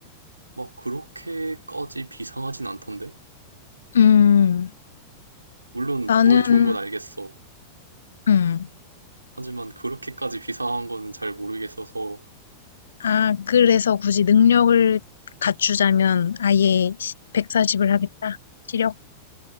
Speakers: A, on the right; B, on the left.
A: 막 그렇게까지 비상하진 않던데.
B: 음,
A: 물론
B: 나는,
A: 머리 좋은 건 알겠어.
B: 음,
A: 하지만 그렇게까지 비상한 거는 잘 모르겠어서
B: 아, 그래서 굳이 능력을 갖추자면 아예 140을 하겠다. 시력.